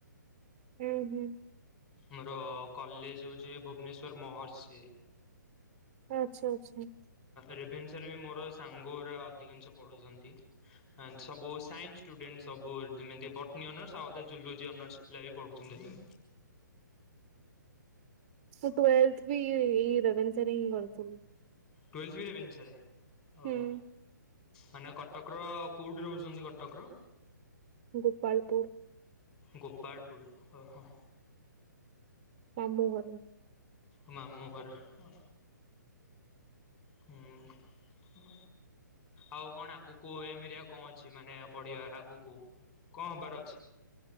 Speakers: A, on the right; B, on the left.
A: ହୁଁ ହୁଁ।
B: ମୋର କଲେଜ ହଉଚି ଭୁବନେଶ୍ଵର ମହର୍ଷି।
A: ଆଛା ଆଛା।
B: ରେଭେନ୍ସରେ ବି ମୋର ସାଗଙ୍ଗୁର ଅଧିକାଂଶ ପଢ଼ୁଛନ୍ତି ସବୁ ସାଇନ୍ସ ଷ୍ଟୁଡେଣ୍ଟ। ସବୁ ଯେମିତି ବଟୀ ଅନର୍ସ ଆଉ ଗୋଟେ ଯୁଲୁଜି ଅନର୍ସ। ଲାଇ ପଡୁଚନ୍ତି
A: ତୁ ଟୁଏଲଥ ବି ରେଭେନସା ରେ ହିଁ କରୁଥିଲୁ।
B: ଟୁଏଲଥ ବି ରେଭେନ୍ସାରେ
A: ହୁଁ
B: ଓହ। ମାନେ କଟକର କୋଉଟି ରହୁଚନ୍ତି କଟକର
A: ଗୋପାଳପୁର।
B: ଗୋପାଳପୁର ଓହ।
A: ତା ମୁହଁରେ
B: ଉ ମାମୁ ଘର ହ ହୁଁ। ଆଉ କଣ ଆଗୁକୁ ଏମରେ ଆଉ କଣ ଅଛି ମାନେ ପଢିବା ଆଗୁକୁ। ଙ୍କ ହବାର ଅଛି?